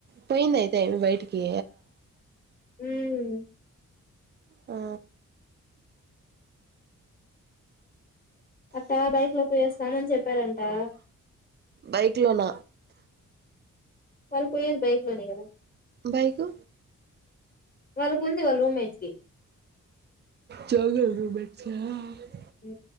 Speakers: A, on the right; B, on the left.
A: పోయింద అయితే ఆ అమ్మి బయటికీ
B: మ్
A: ఆ
B: అట్టా బైక్ లో పోయొస్తామని చెప్పారంట ఆ
A: బైక్ లో న
B: వాళ్లు పోయేది బైక్ లోనె గద
A: బైకు
B: వాళ్ళకు ఉంది వాళ్ళ రూమ్మేట్స్ కి
A: చోగల్రు బెట్టా <unintelligible>
B: ఉ